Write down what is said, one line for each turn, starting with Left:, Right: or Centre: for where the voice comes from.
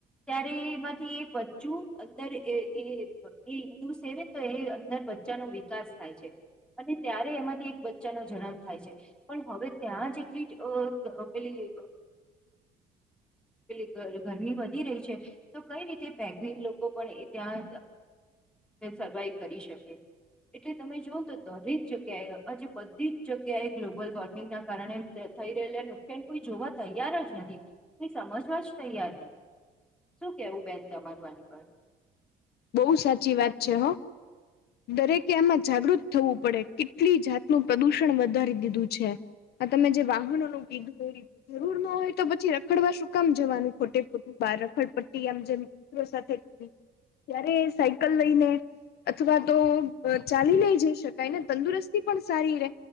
Centre: ત્યારે એમાંથી એ બચ્ચું અંદર એ એ ઇન્દુ સેન તો એ અંદર. બચ્ચા નો વિકાસ થાય છે. અને ત્યારે એમાંથી એક બચ્ચાનો જન્મ થાય છે, પણ હવે ત્યાં જેટલી અ પેલી પેલી ગરમી વધી રહી છે. તો કઈ રીતે પેગવીન લોકો પણ એ ત્યાં સર્વાઈવ કરી શકે. એટલે તમે જુઓ તો દરેક જગ્યાએ આજે બધી જ જગ્યાએ ગ્લોબલ વોર્મિંગના કારણે થઈ રહેલા નુકસેન કોઈ જોવા તૈયાર જ નથી, કોઈ સમજવા જ તૈયાર નથી. શું કેવું બેન તમારું આની પર?
Left: બહુ સાચી વાત છે હો. દરેકે આમાં જાગૃત થવું પડે કેટલી જાતનું પ્રદુષણ વધારી દીધું છે. આ તમે જે વાહનો ન કીધું. જરૂર ન હોય તો પછી રખડવા શું કામ જવાનું ખોટે ખોટું બાર રખડ પટ્ટી આમ જેમ. મ સાથે ત્યારે સાયકલ લઈને. અથવા તો ચાલી નઈ જઈ શકાય ને તંદુરસ્તી પણ સારી રે.